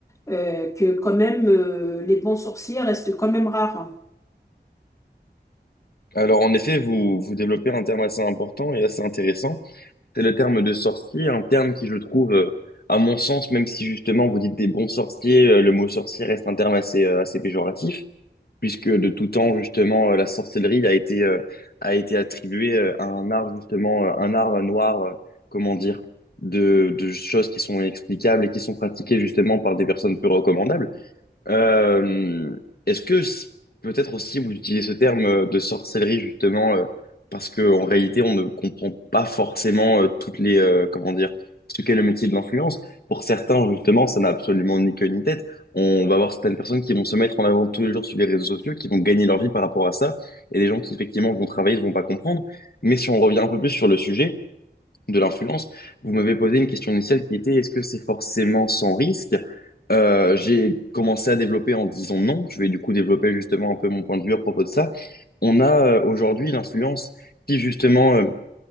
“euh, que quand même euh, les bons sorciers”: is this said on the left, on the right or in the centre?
Left